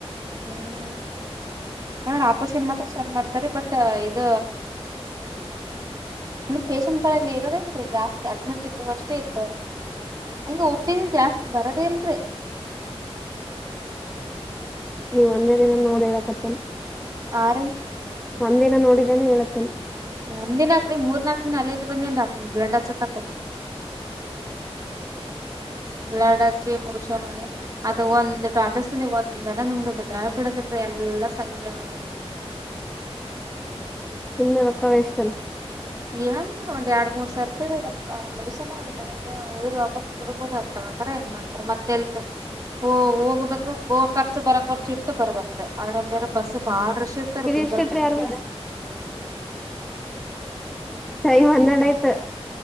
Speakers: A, on the right (about 35°); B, in the centre.
A: ಹ್ಮ. ಹ ಆಪಷನ್ ಮಾತ್ರ ಚೆಂದ ಮಾಡ್ತಾರ ಬಟ್ ಇದ ಹ್ಮ ಪೇಷೆಂಟ್ಗಳಲ್ಲಿ ಇರೋದೇಲ್ ಜಾಸ್ತಿ ಅಡ್ಮಿಟ್ ಇದ್ದು ಅಷ್ಟೇ ಇತವ್ರರಿ. ಹೆಂಗ ಓಪಡಿ ಜಾಸ್ತಿ ಬರೋದೇ ಇಲ್ರರಿ.
B: ನೀ ಒಂದೇ ದಿನ ನೋಡಿ ಹೇಳಕತ್ತೇನ.
A: ಆರೀ
B: ಒಂದಿನ ನೋಡಿದೇನೆ ಹ ಹೇಳಳ್ತೇನ.
A: ಒಂದಿನ ಯಾಕ್ರೀ ಮೂರ್ನಾಕದಿಕ ಅಲ್ಲೇ ಇದ್ದ ಬಂದೀನ್ರಿ ಬ್ಲಡ್ ಹಚ್ಚುತಕಾರಿ.
B: <inaudible>
A: ಲಡಾಚ ಮಷ ಮ ಅದ ಒಂದ ಟ ಅಭ್ಯಾಸದಲ್ಲಿ ಒಂದನ ನಂಗದಿಲ್ಲ ಬಿಡೋದಲ್ರೀ ಎಲ್ಲ ಸಂಘ್ಯ ಅವ್ರ
B: ಸುಮ್ನೆ ರೊಕ್ಕ ವೇಸ್ಟ್ ಅಲ್ಲ.
A: ಏನಿಲ್ಲ ಒಂದ ಯಡ ಮೂರ ಸರ್ತೆ ಮೆಡಸನ್ ಮೇ ಈ ಉಯ್ದ ವಾಪಾಸ್ ಕುಡ್ಬೋದ ಆಗ್ತ ಆತರ ಏನ್ ಮಾಡ್ತಾರ ಮತ್ತ ಎಲ್ರ ಓ ಓಗ್ಬೇಕು ಖರ್ಚ ಬರಕ್ ಖರ್ಚು ಇಟ್ಟು ಬರ್ಬೇಕ್ರೀ ಅದ್ರ ಮೇಲೆ ಬಸ್ ಬಾಳ ರಶ್ ಸರ್
B: ಇದು
A: ಗುಲ್ಬರ್ಗ
B: ಎಷ್ಟಿತ್ರಿ
A: <unintelligible>
B: ಅರ್ವಸ್ ಟೈಮ್ ಹಣ್ಣೇಡ ಆಯ್ತ.